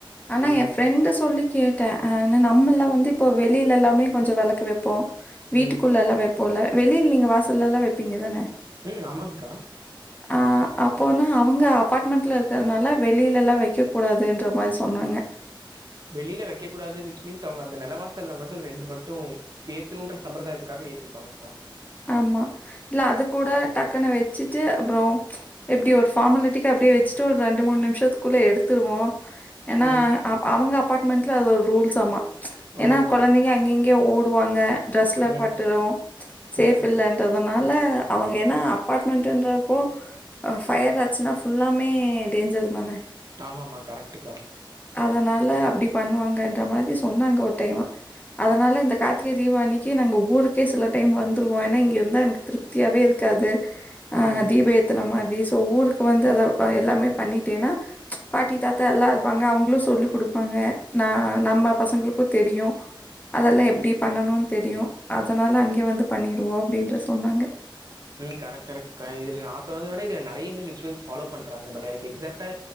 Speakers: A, on the left; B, on the right.
A: ஆனா
B: ம்.
A: ஏ ஃப்ரெண்டு சொல்லி கே ட்ட ஆனா நம்மள்லா வந்து இப்போ வெளில எல்லாமே கொஞ்ச வெளக்கு வப்போ வீட்டுக்குள்ள
B: ம்.
A: எல்லாம் வைப் போல வெளியில நீங்க வாசல்லல்லா வெப்பீங்க தான
B: ம் ஆமாங்க்கா
A: ஆ அப்போனா அவங்க அப்பார்ட்மெண்ட்ல இருக்கறனால வெளி வெளியில எல்லா வக்கக் கூடாதுன்ற மாரி சொன்னாங்க
B: வெளியில வெக்கக் கூடாது விச் மீன்ஸ் அவுங்க அந்த நெலவாசல்ல மட்டு ரெண்டு மட்டு ஏத்தணுன்ற சம்பிரதாயத்துக்காக ஏத்திப்பாங்கக்கா
A: ஆமா இல்ல அது கூட டக்குனு வச்சுட்டு அப்புற எப்டி ஒரு ஃபார்மலிட்டிக்கு அப்டியே வச்சுட்டு ஒரு ரெண்டு மூணு நிமிஷத்துக்குள்ள எடுத்துருவோ ஏன்னா
B: ம்.
A: அப் அவங்க அப்பார்ட்மெண்ட்ல அது ஒரு ரூல்ஸ்ஸாமா
B: ஓ!
A: ஏன்னா கொழந்தைங்க அங்க இங்க ஓடுவாங்க ட்ரெஸ்ல
B: ம்.
A: பட்டுரு சேஃப்
B: ம்.
A: இல்லன்றதுனால அவங்க ஏன்னா அப்பார்ட்மெண்டுன்றப்போ ஆ ஃபயர் ஆச்சுனா ஃபுல்லாமே டேஞ்சர் தான
B: ஆமா ஆமா கரெக்ட்டுக்கா
A: அதனால அப்டி பண்ணுவாங்கன்ற மாதி சொன்னாங்க ஒரு டைமு அதனால இந்த கார்த்திகை தீபம் அன்னிக்கு நாங்க ஊருக்கே சில டைம் வந் துருவோ ஏன்னா இங்க வந்தா எனக்கு திருப்தியாவே இருக்காது ஆ
B: ம்.
A: தீப ஏத்துன மாதி சோ ஊருக் க்கு வந்து அத ஆ‌ எல்லாமே பண்ணிட்டேன்னா பாட்டி தாத்தா எல்லா இருப்பாங்க அவுங்களு சொல்லி் குடுப்பாங்க ந நம்ம பசங்களுக்கு தெரியு அதெல்லா எப்டி பண்ணணுன்னு தெரியு அதனால அங்கே வந்து பண்ணிடுவோ அப்டினு சொன்னாங்க
B: ம் கரெக்ட் கரெக்ட்க்கா இதுல நா சொன்னத விட இதுல நெறைய இன்னு ரிச்சுவல்ஸ் ஃபாலோ பண்றாங்க பட் எனக்கு எக்ஸாக்ட்டா